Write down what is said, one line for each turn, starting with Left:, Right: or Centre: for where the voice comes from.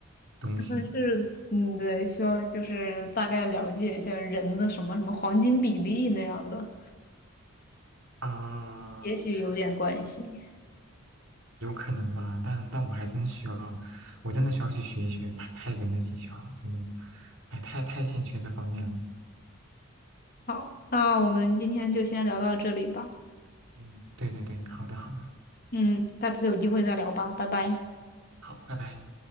Right: 东西
Left: 但是嗯，对，需要就是大概了解一下人的什么什么黄金比例那样的，
Right: 啊，
Left: 也许有点关系。
Right: 有可能吧，但但我还真需要，我真的需要去学一学拍拍人的技巧，真的，哎，太太欠缺这方面了。
Left: 好，那我们今天就先聊到这里吧。
Right: 嗯，对对对，好的好的，
Left: 嗯，下次有机会再聊吧，拜拜。
Right: 好，拜拜。